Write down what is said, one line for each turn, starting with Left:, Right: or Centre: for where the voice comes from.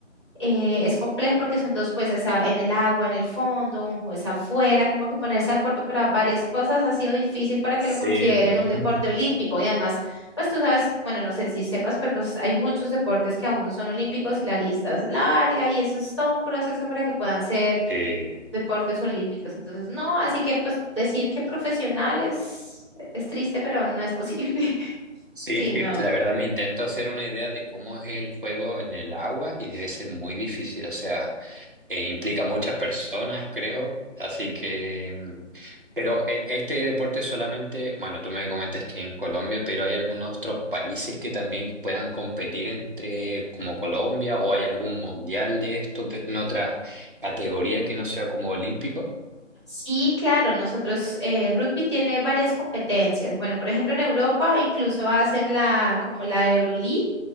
Left: eh, es complejo porque son dos jueces a- en el agua, en el fondo, un juez afuera, como que ponerse de acuerdo para varias cosas ha sido difícil para que
Right: Sí.
Left: lo consideren
Right: <laughs>
Left: un deporte olímpico. Y además, pues tú sabes, bueno, no sé si sepas, pero pues hay muchos deportes que aún no son olímpicos y la lista es larga y eso es todo un proceso para que puedan ser
Right: Eh,
Left: deportes olímpicos. Entonces, no, así que pues decir que profesionales es triste, pero no es posible. <laughs>
Right: Sí,
Left: Sí,
Right: es
Left: no.
Right: que la verdad me intento hacer una idea de cómo es el juego en el agua y debe ser muy difícil, o sea, eh, implica muchas personas, creo, así que... mm, Pero en este deporte solamente, bueno, tú me comentas que en Colombia, pero hay algunos otros países que también puedan competir entre como Colombia o hay algún mundial de esto pe- en otra categoría que no sea como olímpico.
Left: Sí, claro, nosotros, eh, rugby tiene varias competencias. Bueno, por ejemplo, en Europa incluso hacen la, como la Euroleague,